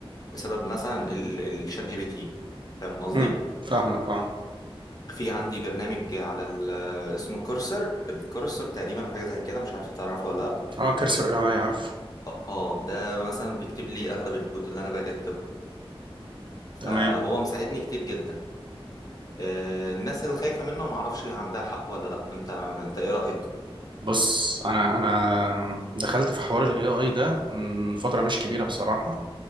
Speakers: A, on the left; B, on the right.
A: بسبب مثلا الشات جي بي تي فاهم قصدي؟
B: امم فاهمك اه
A: في عندي برنامج على ال- اسمه كورسر الكورسر تقريبا حاجة زي كده مش عارف تعرفه ولا لأ
B: اه كرسور اي اي عارف
A: اه آه، ده مثلا بيكتب لي أغلب الكود اللي أنا باجي أكتبه فهو
B: تمام
A: مساعدني كتير جدا آه، الناس اللي خايفة منه ما أعرفش هي عندها حق ولا لأ أنت أنت إيه رأيك؟
B: بص انا انا دخلت في حوار الاي اي ده من فترة مش كبيرة بصراحة